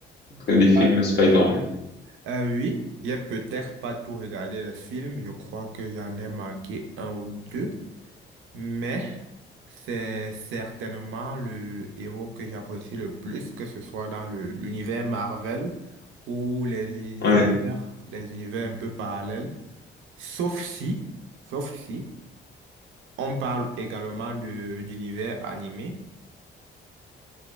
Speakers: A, on the left; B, on the right.
A: En tout cas, Des films
B: Ah,
A: Spider-Man.
B: euh, oui, j'ai peut-être pas tout regardé le film, je crois que j'en ai manqué un ou deux. Mais c'est certainement le héros que j'apprécie le plus, que ce soit dans le- l'univers Marvel ou les univers,
A: Ouais,
B: les univers un peu parallèles. Sauf si, sauf si, on parle également de d'univers animé.